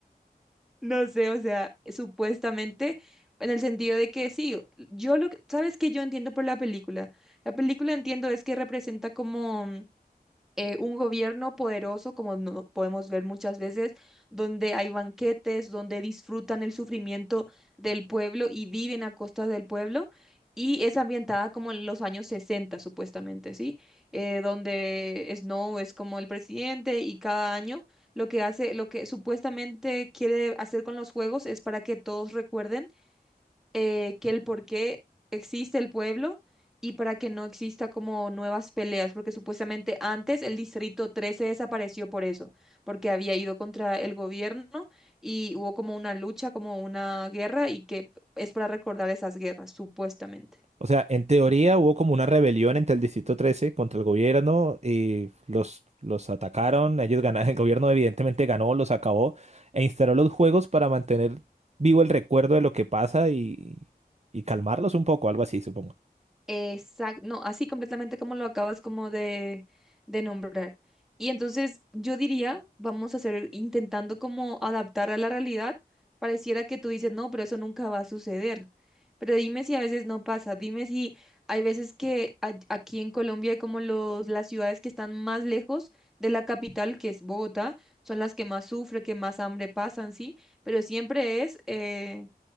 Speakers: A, in the centre; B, on the right.
A: No sé, o sea, supuestamente, en el sentido de que sí, yo lo que, ¿sabes qué yo entiendo por la película? La película entiendo es que representa como eh, un gobierno poderoso, como no podemos ver muchas veces, donde hay banquetes, donde disfrutan el sufrimiento del pueblo y viven a costa del pueblo, y es ambientada como en los años 60 supuestamente, ¿sí? Eh, donde Snow es como el presidente y cada año lo que hace, lo que supuestamente quiere hacer con los juegos es para que todos recuerden eh, que el por qué existe el pueblo y para que no exista como nuevas peleas, porque supuestamente antes el Distrito 13 desapareció por eso, porque había ido contra el gobierno y hubo como una lucha, como una guerra y que es para recordar esas guerras, supuestamente.
B: O sea, en teoría hubo como una rebelión entre el Distrito 13 contra el gobierno y los, los atacaron, ellos ganaron, el gobierno evidentemente ganó, los acabó e instaló los juegos para mantener vivo el recuerdo de lo que pasa y, y calmarlos un poco, algo así, supongo.
A: Exacto, no, así completamente como lo acabas como de, de nombrar. Y entonces yo diría, vamos a hacer, intentando como adaptar a la realidad, pareciera que tú dices, no, pero eso nunca va a suceder. Pero dime si a veces no pasa, dime si hay veces que a- aquí en Colombia hay como los, las ciudades que están más lejos de la capital, que es Bogotá, son las que más sufren, que más hambre pasan, sí, pero siempre es... eh,